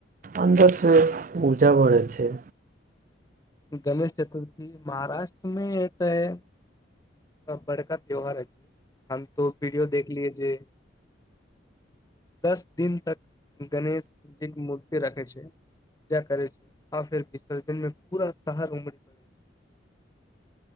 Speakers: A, on the right (about 45°); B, on the left (about 20°).
A: अन्दर से ऊर्जा बढ़ै छै
B: गणेश चतुर्थी महाराष्ट्र मे ए तऽ बड़का त्योहार अछि हम तो वीडियो देखलियै जे दस दिन तक गणेश जी के मूर्ति रखे छै पूजा करै छै आर फेर विसर्जन मे पूरा शहर उमैर परै छै